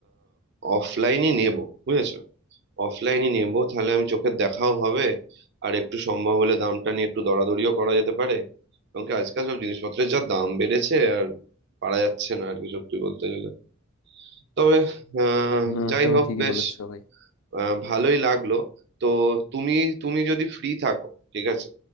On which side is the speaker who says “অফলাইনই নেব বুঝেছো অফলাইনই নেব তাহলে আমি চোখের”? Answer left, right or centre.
Right